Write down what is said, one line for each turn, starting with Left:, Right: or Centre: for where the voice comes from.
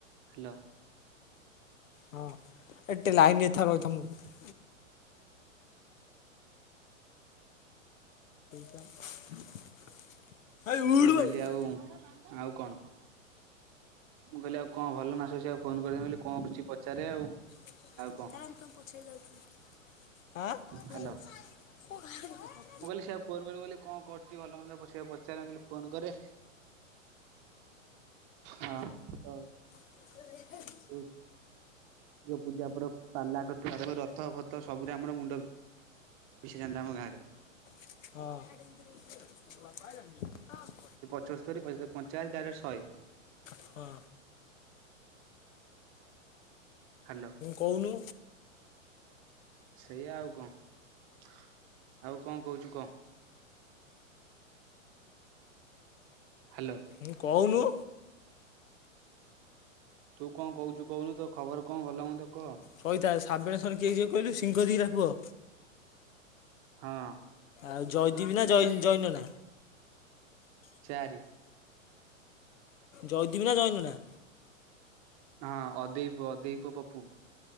Right: ହ୍ୟାଲୋ?
Left: ହଁ ଏ ଟିକେ ଲାଇନରେ ଥା ରଇଥା ମୁଁ ସୋ <unintelligible> ହେ ଉଠୁବେ।
Right: ମୁଁ କହିଲି ଆଉ ଆଉ କଣ? ମୁଁ କହିଲି ଆଉ କଣ ଭଲ ନାସବୁ ଆକୁ ଫୋନ କରିବେ ଆଉ କଣ କିଛି ପଚାରେ ଆଉ।
Left: <unintelligible>
Right: ଆଉ କଣ ହ୍ୟାଲୋ ମୁଁ କହିଲି ସେ ଫୋନମୋନ୍ କରୁନି କଣ କରୁଛି ଭଲମନ୍ଦ ସେଇଆକୁ ପଚାରେ। ଚାଲ ମୁଁ କହିଲି ଫୋନ କରେ ହଁ। ତ
Left: ହ <inaudible>
Right: <unintelligible> ପୂଜା ପର୍ବ ପାଲା କତିରୁ ରଥ ପଥ ସବୁରେ ଆମର ମୁଣ୍ଡ ହେଇଯାଆନ୍ତା ଆମ ଗାଁରେ।
Left: ହଁ।
Right: ପଞ୍ଚସ୍ତରୀ ପଞ୍ଚାଅଶୀ ଡାଇରେକ୍ଟ ଶଏ।
Left: ହଁ।
Right: ହାଲୋ।
Left: କହୁନୁ।
Right: ସେଇଆ ଆଉ କଣ ଆଉ କଣ କହୁଛୁ କହ? ହ୍ୟାଲୋ।
Left: ହୁଁ କହୁନୁ।
Right: ତୁ କଣ କହୁଛୁ କହୁନୁ ତୋ ଖବର କଣ ଭଲ ମନ୍ଦ? କହ
Left: ସଇତା ସାବବେଣେଶ ଶଣେ କିଏ ଯିବ କହିଲୁ ସିଙ୍ଗହ ଦିଟା କୁହ
Right: ହଁ।
Left: ଆଉ ଜୟଦୀବି ନା ଜୈ ଜୈନ ନା?
Right: ଚାରି।
Left: ଜୟଦୀବି ନା ଜୈନ ନା?
Right: ହଁ ଅଦେଇ ପୁଅ ଅଦେଇ ପୁଅ ପପୁ।